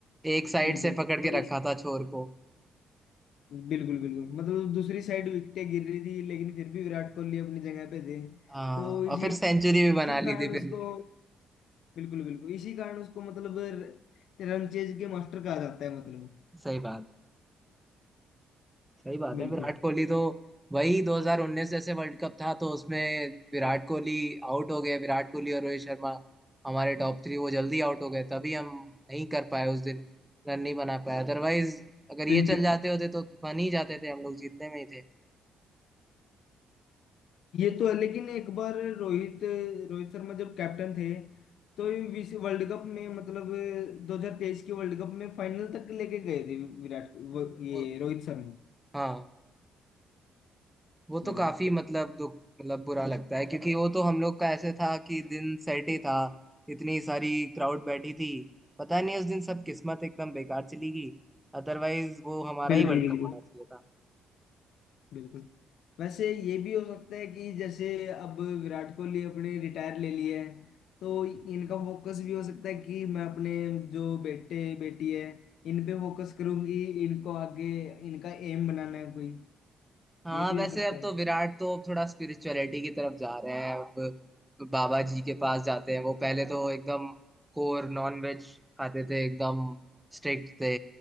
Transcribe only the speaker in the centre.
एक साइड
से पकड़
के रखा
था छोर को
हाँ
और फिर सेंचुरी भी बना
ली
थी फिर
सही बात सही बात
है विराट कोहली तो वही 2019 जैसे वर्ल्ड कप था तो उसमें विराट कोहली आउट हो गए विराट कोहली और रोहित शर्मा हमारे टॉप थ्री वो जल्दी आउट हो गए तभी हम नहीं कर पाए उस दिन रन नहीं बना पाए अदरवाइज अगर
ये चल जाते होते तो बन ही जाते थे हम लोग जीतने में ही थे
तो,
हाँ वो तो
काफी मतलब दुख मतलब बुरा लगता है क्योंकि वो तो हम लोग का ऐसे था कि दिन सेट ही था इतनी सारी क्राउड बैठी थी पता नहीं उस दिन सब किस्मत एकदम बेकार चली गई अदरवाइज वो हमारा
ही वर्ल्ड
कप होना चाहिए था
हाँ
वैसे
अब
तो विराट तो अब थोड़ा स्पिरिचुअलिटी की तरफ जा रहे हैं अब बाबा जी के पास जाते हैं वो पहले तो एकदम कोर नॉन वेज खाते थे एकदम स्ट्रिक्ट थे